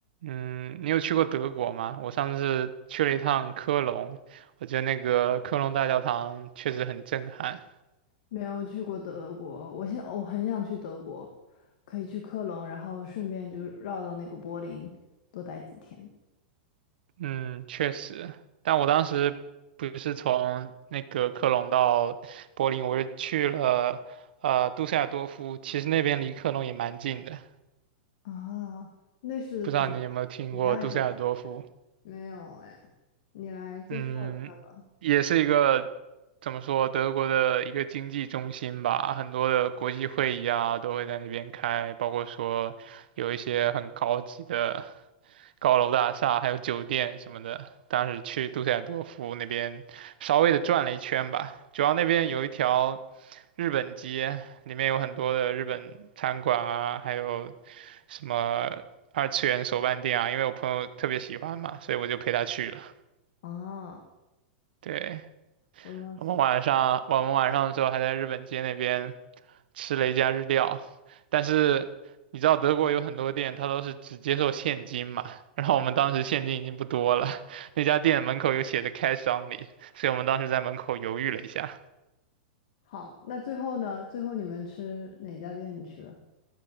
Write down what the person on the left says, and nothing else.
没有去过德国，我现我很想去德国，可以去科隆，然后顺便就绕到那个柏林多待几天
啊。那是怎么
怎么样一个城？没有哎，你来介绍一下吧。
啊，
我要说
好，那最后呢？最后你们吃哪家店去了？